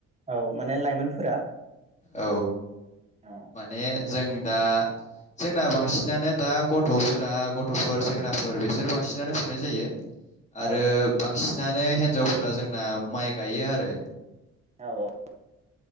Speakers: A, on the right; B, on the left.
A: औ माने लाइमोनफोरा।
B: औ
A: औ
B: माने जों दा जोंना बांसिनानो दा गथ'फोरा गथ'फोर सेंग्राफोर बिसोर बांसिनानो फुनाय जायो। आरो
A: औ
B: बांसिन बिनानै हिन्जावफोरा जोंना माइ गायो आरो।
A: औ औ